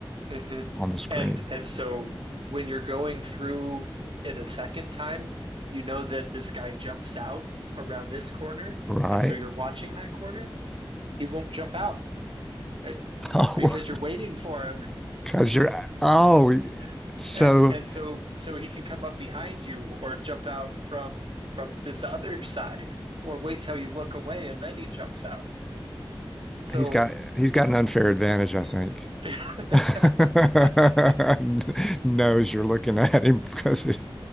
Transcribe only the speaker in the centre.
on the screen,
right?
<laughs> Oh,
because you're oh,
so
He's got he's got an unfair advantage, I think.
<laughs> Knows you're looking at him <laughs> because